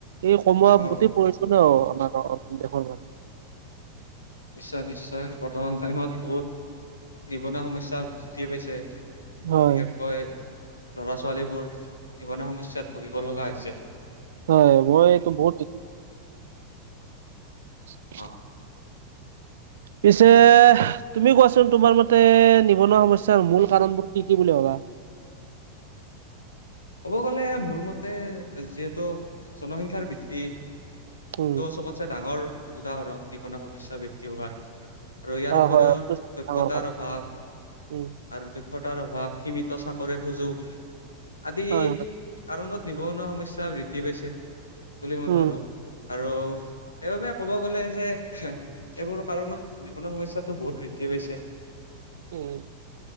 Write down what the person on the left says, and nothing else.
অ
নিশ্চয়, নিশ্চয়। বৰ্তমান টাইমত বহুত নিবনুৱা সমস্যা বৃদ্ধি পাইছে। আৰু
বিশেষকৈ ল'ৰা-ছোৱালীবোৰ নিবনুৱা সমস্যাত ভুগিব লগা হৈছে।
অহ।
ক'ব গ'লে মোৰ মতে যিহেতু জনসংখ্যাৰ বৃদ্ধি ত'
চবত ডাঙৰ উদাহৰণ নিবনুৱাসমস্যা বৃদ্ধি হোৱাৰ। আৰু ইয়াৰ
উপৰিও
দক্ষতাৰ
অভাৱ।
আৰু দক্ষতাৰ অভাৱ, সীমিত চাকৰিৰ সুযোগ। আদি
কাৰণত নিবনুৱা সমস্যা বৃদ্ধি পাইছে, বুলি মই
ভাবোঁ। আৰু সেইবাবে ক'ব গ'লে যে এইবোৰৰ কাৰণত নিবনুৱা সমস্যাতো বহুত বৃদ্ধি পাইছে।